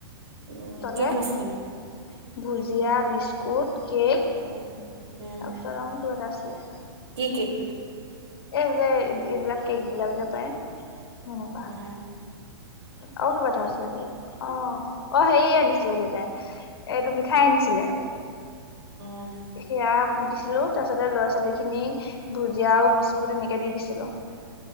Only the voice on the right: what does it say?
উম
কি খুৱাইছিলি
উম উম
কি কেক
অ
অ